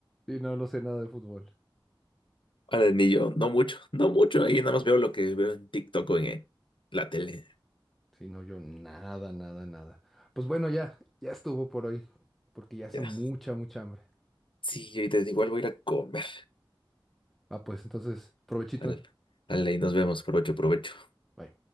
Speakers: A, in the centre; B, on the left (about 70°).
A: Y no, no sé nada de fútbol.
B: Ahora ni yo, no mucho, no mucho. Ahí nada más veo lo que veo en TikTok o en eh, la tele.
A: Sí, no, yo nada, nada, nada. Pues bueno, ya, ya estuvo por hoy, porque ya hace
B: Ya.
A: mucha, mucha hambre.
B: Sí, ahorita igual voy a ir a comer.
A: Ah, pues entonces, provechito.
B: Dale, dale, y nos vemos. Provecho, provecho.
A: Bye.